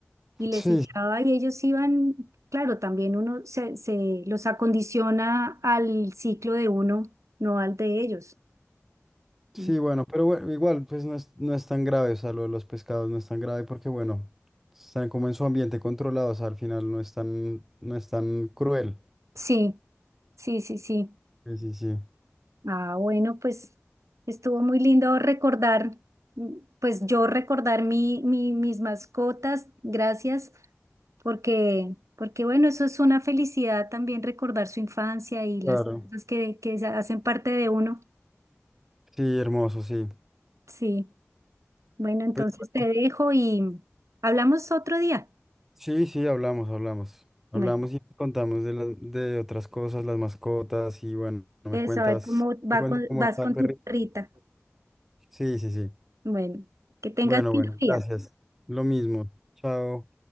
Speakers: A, on the right; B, in the centre.
A: y les
B: Sí,
A: echaba y ellos iban, claro, también uno se, se los acondiciona al ciclo de uno, no al de ellos.
B: Sí,
A: Mm.
B: bueno, pero bueno, igual pues no es, no es tan grave, o sea, lo de los pescados no es tan grave porque bueno, están como en su ambiente controlado, o sea, al final no es tan, no es tan cruel.
A: Sí, sí, sí, sí.
B: Sí, sí, sí.
A: Ah, bueno, pues estuvo muy lindo recordar, mm, pues yo recordar mi, mi- mis mascotas, gracias, porque, porque bueno, eso es una felicidad también recordar su infancia y
B: Claro.
A: las cosas que, que se hacen parte de uno.
B: Sí, hermoso, sí.
A: Sí, bueno, entonces
B: Pues bueno,
A: te dejo y hablamos otro día.
B: sí, sí, hablamos, hablamos. Hablamos
A: Bueno,
B: y contamos de, la- de otras cosas, las mascotas y bueno, no
A: de
B: me cuentas,
A: saber cómo va
B: me cuentas
A: con-
B: cómo
A: vas
B: está
A: con
B: el perrito.
A: tu perrita.
B: Sí, sí, sí.
A: Bueno, que tengas
B: Bueno,
A: lindo
B: bueno,
A: día.
B: gracias. Lo mismo. Chao.